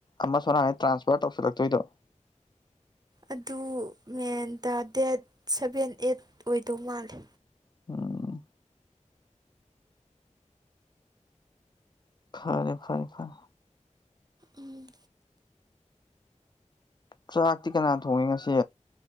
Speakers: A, on the left (about 35°); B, on the right (about 30°).
A: ꯑꯃ ꯁꯣꯝꯅꯀꯥꯟ ꯇ꯭ꯔꯥꯟꯁꯐꯔ ꯇꯧꯁꯤꯜꯂꯛꯇꯣꯏꯗꯣ
B: ꯑꯗꯨ ꯃꯦꯟꯇ ꯗꯦꯠ ꯁꯚꯦꯟ ꯑꯩꯠ ꯑꯣꯏꯗꯧ ꯃꯥꯜꯂꯦ
A: ꯎꯝ ꯐꯔꯦ ꯐꯔꯦ ꯐꯔꯦ
B: ꯎꯝ
A: ꯆꯥꯛꯇꯤ ꯀꯅꯥ ꯊꯣꯡꯉꯤ ꯉꯁꯤ